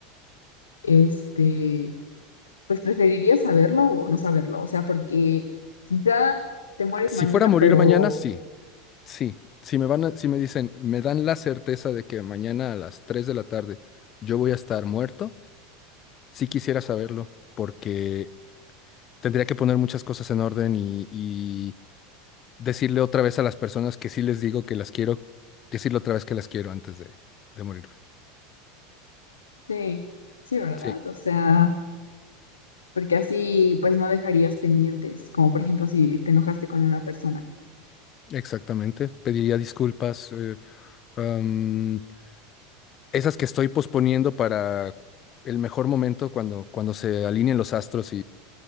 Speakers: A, on the left; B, on the left.
A: este, pues preferirías saberlo o no saberlo. O sea, porque quizá te mueres
B: Si
A: mañana,
B: fuera a morir
A: pero
B: mañana, sí, sí. Si me van a- si me dicen, me dan la certeza de que mañana a las 3 de la tarde yo voy a estar muerto, sí quisiera saberlo, porque tendría que poner muchas cosas en orden y, y decirle otra vez a las personas que sí les digo que las quiero, decirle otra vez que las quiero antes de, de morir.
A: sí, sí, ¿verdad?
B: Sí,
A: O sea, porque así pues no dejarías pendientes, como por ejemplo si te enojaste con una persona.
B: exactamente. Pediría disculpas, eh, am, esas que estoy posponiendo para el mejor momento cuando, cuando se alineen los astros